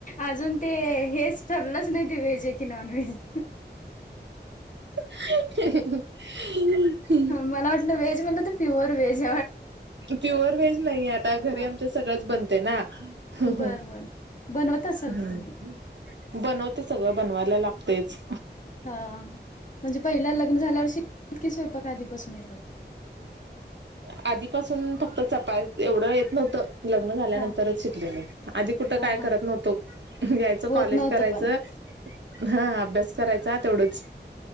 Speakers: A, on the left; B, on the right.
A: अजून ते हेच ठरलंच नाही ते व्हेज आहे की नॉन व्हेज
B: ह
A: मला वाटलं veg pure veg
B: pure veg नाही आता घरी
A: हा
B: आमच सगळंच बनते ना हम्
A: बर
B: हम
A: बर बनवत असाल
B: हम्
A: की तुम्ही
B: बनवते सगळं बनवाय लागतेच
A: हा म्हणजे पहिला लग्न झाल्यावर शिकात की स्वयंपाक आधीपासून येत होता
B: आधीपासून फक्त चपाात एवढं येत नव्हतं लग्न झाल्यानंतरच
A: हा
B: शिकल मी आधी कुठं
A: हा
B: काय
A: हा
B: करत नव्हतो यायचं
A: होत
B: कॉलेज
A: नव्हतं
B: करायचं
A: पण
B: हा अभ्यास करायच तेवढंच